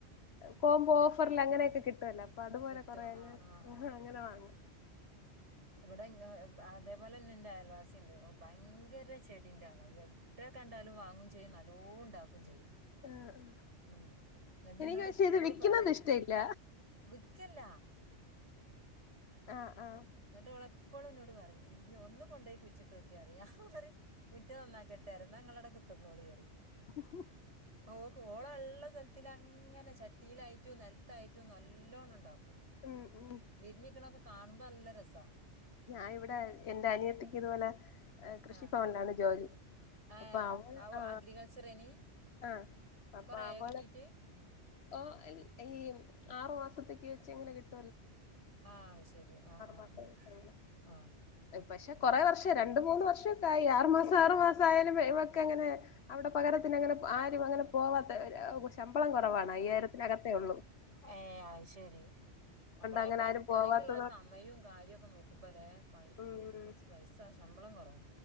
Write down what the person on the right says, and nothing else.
കിട്ടും
ആഹ് ആഹ് ആഹ്
ഇവിടെ ഇങ്ങേ അതേപോലെന്നെ ഇന്റെ അയൽവാസി ഇണ്ട് ഓ ഭയങ്കര ചെടിന്റെ ആളാ അൽഹം ടെ കണ്ടാലും വാങ്ങും ചെയ്യും നല്ലോ ഉണ്ടാക്കും ചെയ്യും
ഉം എന്നിട്ട്
ഇന്നോട്
എപ്പളും
പറയും
വിക്കല്ല
ഇന്നിട്ടോള് എപ്പളും ഇന്നോട് പറയും ഇജ്ജ് ഒന്ന് കൊണ്ടോയി കുയിച്ചിട്ടോക്ക്യാ റയും ഞാൻ പറിം മുറ്റം നന്നാക്ക തെരന്ന ഇങ്ങളവ്ടെ കുത്തർന്നോളിറിം
<inaudible> ഓക്ക് ഓളള്ള സ്ഥൽത്തിലങ്ങനെ ചട്ടിയിലായിട്ടും നെൽത്തായിട്ടും നല്ലോണ്ണം ഉണ്ടാക്കും
വിരിഞ്ഞിക്കണൊക്കെ കാണുമ്പോ നല്ല രസാ
ആ
ഏ
അഗ്രികൾച്ചറേന്
കൊറേ ആയോ
കിട്ടീട്ട്
ആഹ് ശരി ആഹ് ആഹ്
ആഹ്
ആഹ്
ഏഹ് അഹ് ശെരി നമ്മളാ
പഠിക്കണങ്കിള്ള
സമയും കാര്യക്കെ നോ കുമ്പല്ലേ ഫൈ ഫീസ്
പൈസ ശമ്പളം കൊറവും